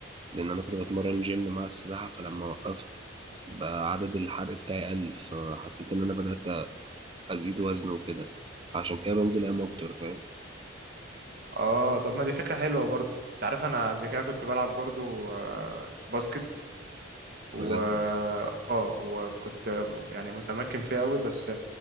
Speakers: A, on the right (about 30°); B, on the right (about 55°).
A: لأن أنا كنت بتمرن جيم مع السباحة فلما وقفت بقى عدد الحرق بتاعي قل فحسيت إن أنا بدأت أزيد وزن وكده عشان كده بنزل أيام أكتر فاهم
B: اه طب ما دي فكره حلوه برضه انت عارف انا قبل كده كنت بلعب برضه آه، باسكت و
A: بجد
B: اه وكنت يعني متمكن فيه قوي بس